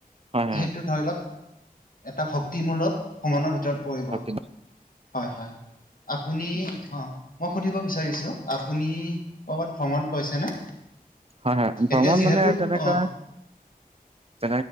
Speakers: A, on the right; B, on the left.
A: হয় হয়
B: সেইটো ধৰি লওক এটা ভক্তিমূলক ভ্ৰমণৰ ভিতৰত পৰিব
A: ভক্তি
B: হয় - হয়। আপুনি অহ মই সুধিব বিচাৰিছোঁ আপুনি? কৰ'বাত ভ্ৰমণ গৈছেনে
A: হয় হয় ভ্ৰমণ
B: এতিয়া যিহেতু
A: মানে তেনেকুৱা।
B: অ
A: যে